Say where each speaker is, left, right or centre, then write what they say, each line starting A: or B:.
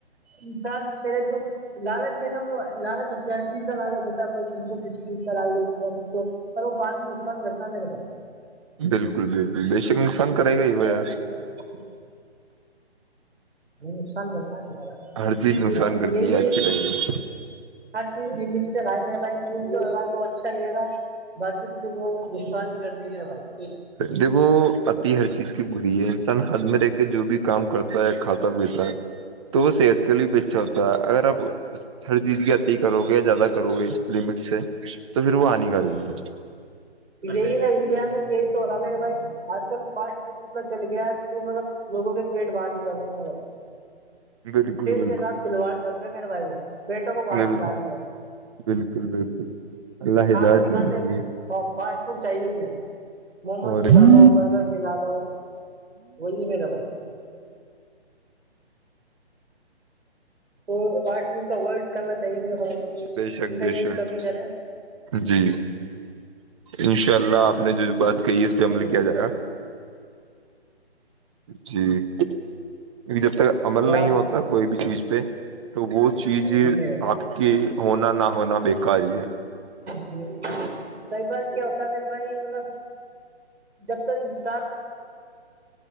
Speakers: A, on the right (about 75°); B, on the right (about 30°).
A: انسان پیرے تو لالچ ہے نا وہ لالچ ہوتی ہے ہر چیز کا لالچ ہوتا ہے کوئی چی کرال اس کو اور وہ بعد میں نقصان کرتا ہے میرا بای
B: بالکل بالکل بے شک نقصان کرے گا
A: اچھا
B: ہی وہ یار
A: <unintelligible> نقصان کرتا ہے
B: ہر چیز نقصان
A: یہ
B: کرتی
A: یہی
B: ہے آج کے ٹائم میں
A: ہر چیزگل سے ر رہےگش سےیرا تو اچھا رہے گا بقی تو ک بت شانی گ ہے بائی
B: دیکھو پتی ہر چیز کی بری ہے انسان حد میں رہ کے جو بھی کام کرتا ہے کھاتا پیتا ہے تو وہ صحت کے لیے بھی اچھا ہوتا ہے اگر آپ اس ہر چیز کی عتیھی کرو گے یا زیادہ کرو گے لمیٹ سے تو پھر وہ ہانی کرے گی
A: یہ میں انڈیا میں گئی ہو رہا میرا بھائی آج کل فاسٹ فوڈ اتنا چل گیا تو مطلب لوگوں کے پیٹ بعر نکلنا ہے
B: بالکل
A: سیر
B: بالکل
A: کے ساتھ کھلواڑ کر رہے ہیں میرے بھائی وہ پیٹوں کو باہر
B: بالکل
A: نکال رہے ہیں
B: بالکل بالکل اللہ
A: کھانا
B: ہدایت
A: نہیں
B: دے
A: کھاتے
B: ان لوگوں
A: فاسٹ فوڈ چاہیے انہیں موموز
B: اور
A: کلا
B: ہ
A: لو برگر لو وہی ہے میرا بھائی تو فاسٹ فوڈ کا ورلڈ کرنا چاہیے
B: بے شک
A: ان کا
B: بے
A: یوز
B: شک
A: کم ہی کرے
B: جی انشاء اللہ
A: اچھا
B: آپ نے جو جو بات کہی ہے اس پہ عمل کیا جائے گا جی کیک جب تک عمل
A: اور
B: نہیں
A: آپ
B: ہوتا کوئی بھی چیز پہ تو وہ چیز
A: جی میرے
B: آپ کے ہونا نہ ہونا بیکاری ہے
A: جی کئی بار کیا ہوتا ہے مے بھائی مطلب جب تو انسان